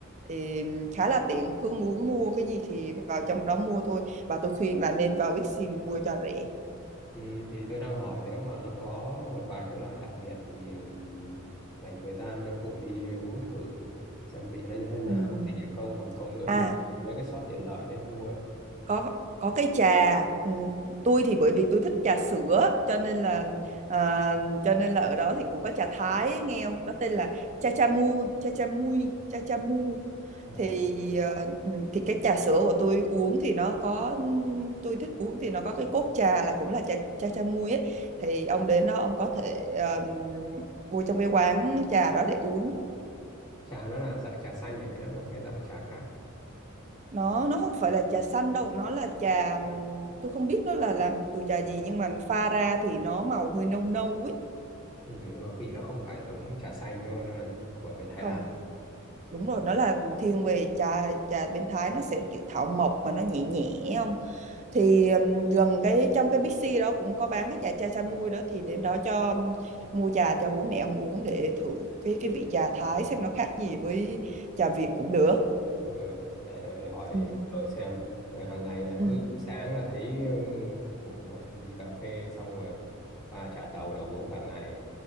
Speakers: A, on the right (about 35°); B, on the left (about 20°).
A: thì khá là tiện cứ muốn mua cái gì thì vào trong đó mua thôi và tôi khuyên là nên vào Bixi mua cho rẻ
B: Ừ, thì tôi đang hỏi nếu mà nó có một vài cái loại đặc biệt thì dành thời gian đưa cụ đi uống thử xem vị nó như thế nào
A: Ừm.
B: có thích hay không còn không nữa
A: à
B: thì mấy cái shop tiện lợi đấy mua không?
A: có có cái trà ừ, tôi thì bởi vì tôi thích trà sữa cho nên là à, cho nên là ở đó thì cũng có trà Thái ấy, nghe không nó tên là cha cha mu cha cha mui cha cha mu
B: ờ,
A: thì à, ừ, thì cái trà sữa của tôi uống thì nó có ừm, tôi thích uống thì nó có cái cốt trà là cũng là trà cha cha mui ấy thì ông đến đó ông có thể à, vô trong cái quán trà đó để uống
B: trà nó là dạng trà xanh à, hay nó là cái dạng trà khác
A: nó nó không phải là trà xanh đâu nó là trà ừm, tôi không biết nó là làm từ trà gì nhưng mà pha ra thì nó màu hơi nâu nâu ấy
B: ừ, nhưng mà vị nó không phải giống trà xanh đúng không nó là của bên Thái
A: không
B: Lan
A: đúng rồi nó là thiên về trà trà bên Thái nó sẽ kiểu thảo mộc mà nó nhẹ nhẹ không thì ừm, gần cái trong cái Bixi đó cũng có bán cái trà chai chai mui đó thì đến đó cho ừm, mua trà cho bố mẹ ông uống để thử cái cái vị trà Thái xem nó khác gì với trà Việt cũng được
B: Ừ, để tôi hỏi
A: ừ
B: tôi xem Ừ, hàng ngày là
A: ừ
B: cứ sáng là thấy ừ, phục một ly cà phê xong rồi pha trà tàu là uống cả ngày